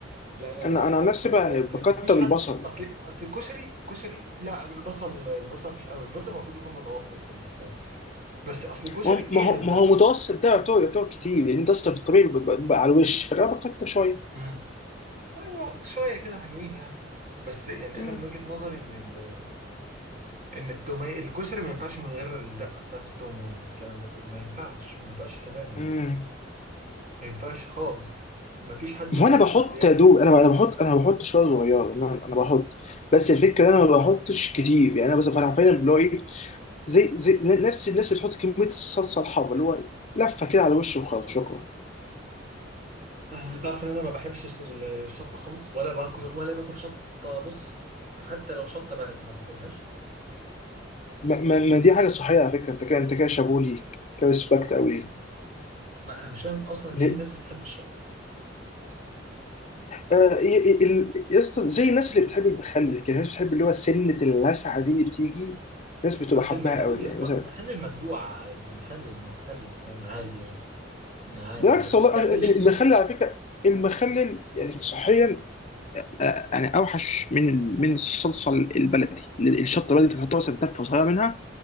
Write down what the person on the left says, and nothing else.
انا
انا عن
نفسي
بقى يعني
بكتر
البصل
ما هو ما
هو
ما
هو متوسط ده يعتبر يعتبر كتير لأن أنت أصلا في الطبيعي بيبقى- بيبقى على الوش فأنا بكتر شوية
مم.
امم
وانا بحط
يا دوب
انا انا بحط انا بحط شويه صغيره انا انا بحط بس الفكره
انا ما بحطش كتير يعني انا بس انا فعلا بلاقي زي زي نفس الناس اللي بتحط كميه الصلصه الحمراء اللي هو لفه كده على وشه وخلاص شكرا
ما, ما, ما دي حاجه صحيه على فكره انت كده انت كده شابوه ليك كريسبكت قوي
ليك
ل-
آه، ي- ي- ال- يا اسطى زي الناس اللي بتحب المخلل كده الناس بتحب اللي هو سنه اللسعه دي اللي بتيجي الناس بتبقى
حباها
قوي
يعني
مثلا
بالعكس
والله المخلل
على فكره المخلل يعني صحيا آه، يعني اوحش من ال- من الصلصه البلدي الشطه البلدي انت بتحطها مثلا تفه صغيره منها